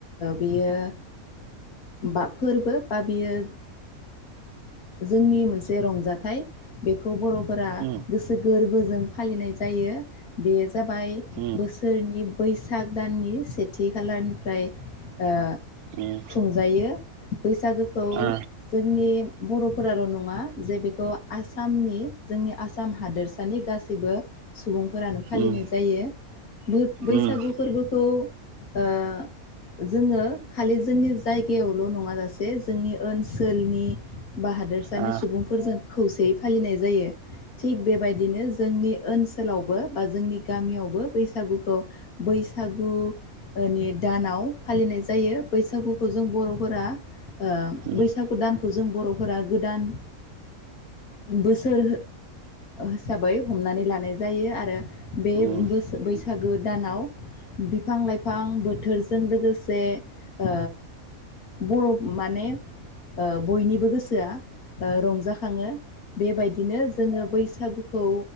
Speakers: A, on the left; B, on the right.
A: बेयो बा फोरबो, बा बियो जोंनि मोनसे रंजाथाइ बेखौ बर फोरा
B: ओ
A: गोसो गोरबोजों फालिनाय जायो। जायो बे जाबाय
B: उम
A: बोसोरनि बैसाग दाननि सेथि खालारनिफ्राय ओ
B: उम
A: खुंजायो बैसागोखौ
B: उम ओ
A: जोंनि बर'फोराल' नङा जे बेखौ आसामनि जोंनि आसाम हादोरसानि गासैबो सुबुंफोरानो फालिनाय
B: उम
A: जायो बो बैसागु
B: उम
A: फोरबोखौ ओ जोङो खालि जोंनि जायगायावल' नङाजासे जोंनि ओनसोलनि बा हादोरसानि
B: ओ
A: सुबुंफोरजों खौसे यै फालिनाय जायो। थिग बेबायदिनो जोंनि ओनसोलावबो बा जोंनि गामियावबो बैसागुखौ बैसागुनि दानाव फालिनाय जायो बैसागुखौ जों बर'फोरा ओ
B: उम
A: बैसागु
B: उम ओ उम
A: दान खौ जों बर'फोरा गोदान बोसोर हिसाबै हमनानै ला नाय जायो आरो बे
B: उम ओ
A: बोस बैसागो दानाव बिफां लाइफां बोथोरजों लोगोसे ओ बर' माने ओ बयनिबो गोसोआ ओ रंजाखाङो बेबायदिनो जोङो बैसागुखौ